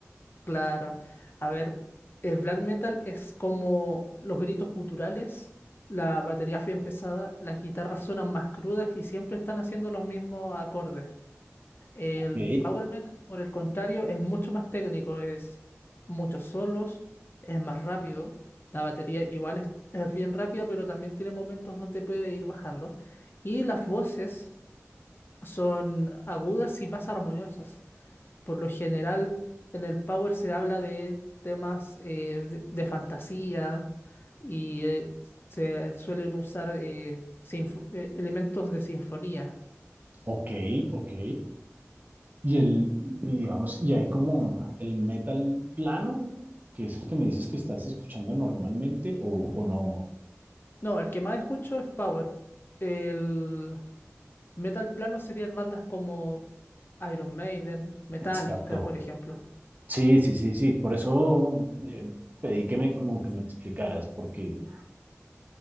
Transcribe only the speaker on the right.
Ok.
Ok, ok. Y el, y digamos, y hay como el metal plano, que es el que me dices que estás escuchando normalmente o, o no.
Exacto.
Sí, sí, sí, sí. Por eso eh, pedí que me como que me explicaras, porque eh,